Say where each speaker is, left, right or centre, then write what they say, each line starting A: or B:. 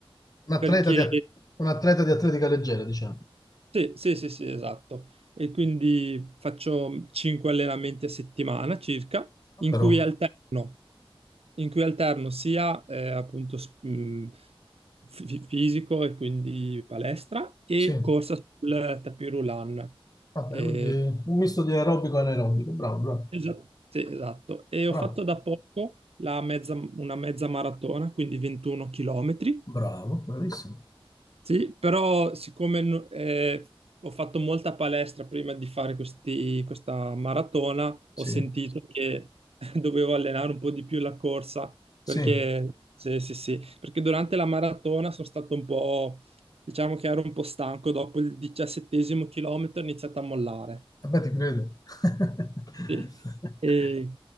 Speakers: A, on the left (about 40°); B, on the right (about 80°).
A: un atleta
B: perché
A: di, at- un atleta di atletica leggera, diciamo.
B: sì, sì, sì, sì, esatto. E quindi faccio 5 allenamenti a settimana circa,
A: Ah,
B: in
A: però,
B: cui alterno. in cui alterno sia eh, appunto s- mh, fi- fisico e quindi palestra e
A: Sì,
B: corsa sul tapis roulant.
A: Vabbè,
B: Eh,
A: quindi un misto di aerobico e anaerobico, bravo, bravo,
B: esatto, sì, esatto. E
A: bravo,
B: ho fatto da poco la mezza- una mezza maratona, quindi 21 chilometri,
A: bravo, bravissimo.
B: Sì, però siccome no- eh, ho fatto molta palestra prima di fare questi- questa maratona,
A: Sì,
B: ho sentito che <laughs> dovevo allenare un po' di più la corsa,
A: sì,
B: perché, sì, sì, sì, perché durante la maratona sono stato un po', diciamo che ero un po' stanco, dopo il diciassettesimo chilometro ho iniziato a mollare.
A: vabbè, ti credo. <laughs>
B: Sì. E